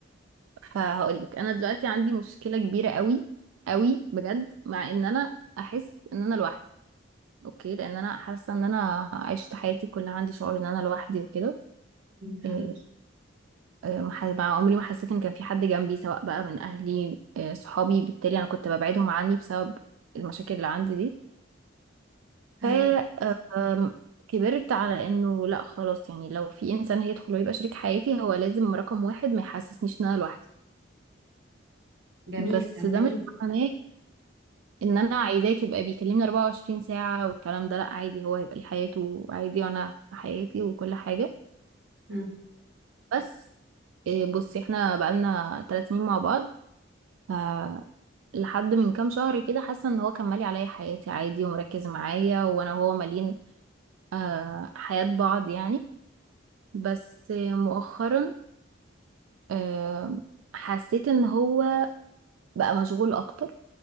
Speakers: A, on the right (about 85°); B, on the right (about 65°).
A: فهقولك انا دلوقتي عندي مشكله كبيره قوي قوي بجد مع ان انا احس ان انا لوحدي اوكي لان انا حاسه ان انا عشت حياتي كلها عندي شعور ان انا لوحدي وكده
B: فهمك
A: إيه، إيه، ما ح- مع عمري ما حسيت ان كان في حد جنبي سواء بقى من اهلي إيه، صحابي بالتالي انا كنت ببعدهم عني بسبب المشاكل اللي عندي دي
B: فهمك
A: ف آه، أم، كبرت على انه لا خلاص يعني لو في انسان هيدخل ويبقى شريك حياتي هو لازم رقم واحد ما يحسسنيش ان انا لوحدي
B: جميل
A: بس
B: كلام
A: ده
B: جميل
A: مش معناه ان انا عايزاك يبقى بيكلمني 24 ساعة والكلام ده لا عادي هو هيبقى ليه حياته عادي وانا حياتي وكل حاجة
B: مم.
A: بس إيه، بصي احنا بقالنا 3 سنين مع بعض ف لحد من كام شهر كده حاسة ان هو كان مالي عليا حياتي عادي ومركز معايا وانا وهو مالين آه، حياة بعض يعني بس آه، مؤخرا آه، حسيت ان هو بقى مشغول اكتر